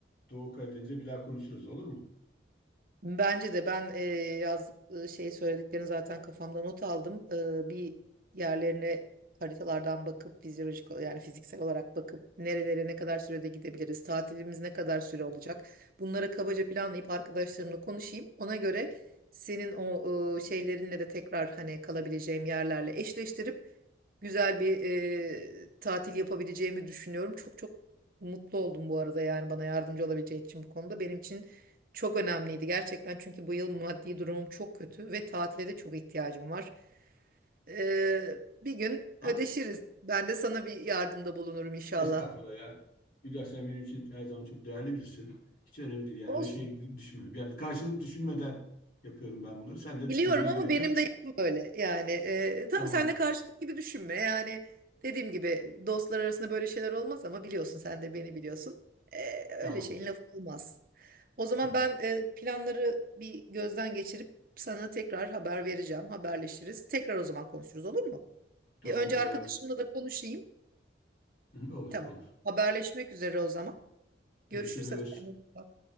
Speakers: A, on the left (about 50°); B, on the right (about 50°).
A: Doğu Karadeniz'e bir daha konuşuruz olur mu?
B: Bence de ben e, yazdık e, şey söylediklerini zaten kafamda not aldım. E, bir yerlerine haritalardan bakıp fizyolojik yani fiziksel olarak bakıp nerelere ne kadar sürede gidebiliriz, tatilimiz ne kadar süre olacak. Bunlara kabaca planlayıp arkadaşlarımla konuşayım. Ona göre senin o e, şeylerinle de tekrar hani kalabileceğim yerlerle eşleştirip güzel bir e, tatil yapabileceğimi düşünüyorum. Çok çok mutlu oldum bu arada yani bana yardımcı olabileceğin için bu konuda. Benim için çok önemliydi gerçekten çünkü bu yıl maddi durumum çok kötü ve tatile de çok ihtiyacım var. Ee, bir gün
A: Ha,
B: ödeşiriz. Ben de sana bir yardımda bulunurum inşallah.
A: estağfurullah ya. Hülya sen benim için her zaman çok değerli birisin. Hiç önemli değil. Yani
B: Olsun.
A: öyle şey düşünmüyorum. Yani bir karşılık düşünmeden yapıyorum ben bunları. Sen de düşünmene
B: Biliyorum ama
A: gerek
B: benim
A: yok.
B: de yapım böyle. Yani e, tamam
A: Tamam,
B: sen de karşılık gibi düşünme. Yani dediğim gibi dostlar arasında böyle şeyler olmaz ama biliyorsun sen de beni biliyorsun. Ee, öyle
A: tamam,
B: şeyin lafı olmaz. O zaman
A: tamam,
B: ben e, planları bir gözden geçirip sana tekrar haber vereceğim. Haberleşiriz. Tekrar o zaman konuşuruz olur mu?
A: tamam
B: Bir önce
A: olur.
B: arkadaşımla da konuşayım.
A: <laughs> Olur,
B: Tamam.
A: olur.
B: Haberleşmek üzere o zaman.
A: Görüşürüz.
B: Görüşürüz hadi kendine. iyi bak.